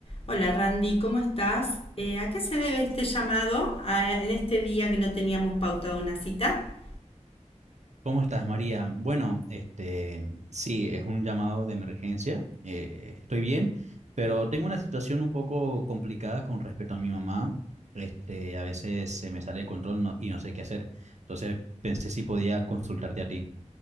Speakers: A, on the left; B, on the right.
A: Hola Randy, ¿cómo estás? Eh, ¿a qué se debe este llamado a- en este día que no teníamos pautado una cita?
B: ¿Cómo estás, María? Bueno, este, sí, es un llamado de emergencia. eh, estoy bien, pero tengo una situación un poco complicada con respecto a mi mamá. Este, a veces se me sale de control no- y no sé qué hacer. Entonces pensé si podía consultarte a ti.